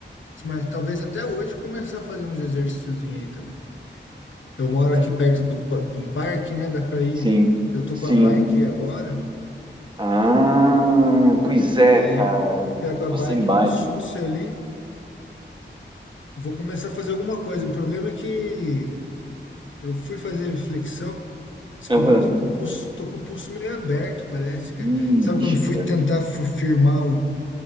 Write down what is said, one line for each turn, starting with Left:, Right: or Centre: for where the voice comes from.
Left: mas talvez até hoje começar a fazer uns exercícios aí também. Eu moro
Right: É.
Left: aqui perto do, pa- de um parque, né? Dá pra ir.
Right: Sim,
Left: Eu tô
Right: sim.
Left: com a bike aí agora,
Right: Ah, pois é,
Left: daí
Right: cara.
Left: pego
Right: Eu
Left: a
Right: tô
Left: bike,
Right: sem bike.
Left: vou sucio ali, vou começar a fazer alguma coisa. O problema é que eu fui fazer flexão, descobri
Right: Aham.
Left: que tô com o pulso, tô com o pulso meio aberto, parece, cara.
Right: Ixi,
Left: Sabe quando fui
Right: cara.
Left: tentar fu- firmar o,